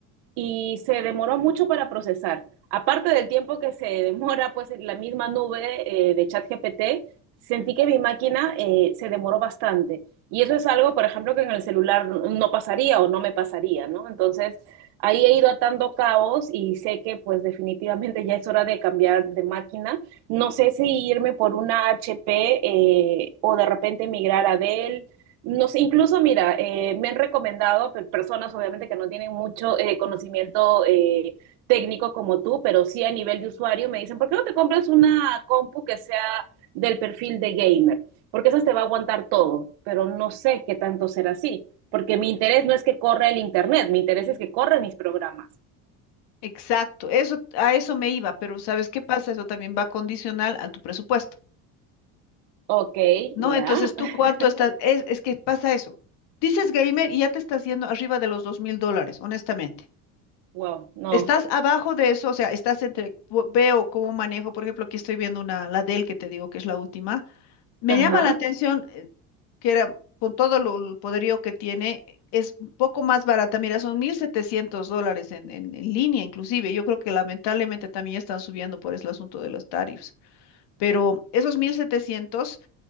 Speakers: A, on the right; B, on the left.
A: y se demoró mucho para procesar. Aparte del tiempo que se demora, pues en la misma nube eh, de ChatGPT, sentí que mi máquina eh, se demoró bastante. Y eso es algo, por ejemplo, que en el celular no pasaría o no me pasaría, ¿no? Entonces, ahí he ido atando cabos y sé que pues definitivamente ya es hora de cambiar de máquina. No sé si irme por una HP eh, o de repente migrar a Dell nos, incluso, mira, eh, me han recomendado personas, obviamente, que no tienen mucho eh, conocimiento eh, técnico como tú, pero sí a nivel de usuario, me dicen, ¿por qué no te compras una compu que sea del perfil de gamer? Porque esa te va a aguantar todo, pero no sé qué tanto será así, porque mi interés no es que corra el Internet, mi interés es que corra mis programas.
B: Exacto, eso, a eso me iba, pero ¿sabes qué pasa? Eso también va condicional a tu presupuesto,
A: Ok,
B: ¿no?
A: ya.
B: Entonces, ¿tú
A: <laughs>
B: cuánto estás? Es, es que pasa eso. Dices gamer y ya te estás yendo arriba de los dos mil dólares, honestamente.
A: Wow, no.
B: Estás abajo de eso, o sea, estás entre, bu- veo cómo manejo, por ejemplo, aquí estoy viendo una, la Dell que te digo que es la última. Me
A: Ajá.
B: llama la atención eh, que era, con todo lo, el poderío que tiene, es un poco más barata. Mira, son 1.700 dólares en, en, en línea inclusive. Yo creo que lamentablemente también están subiendo por el asunto de los tarifs. Pero esos 1.700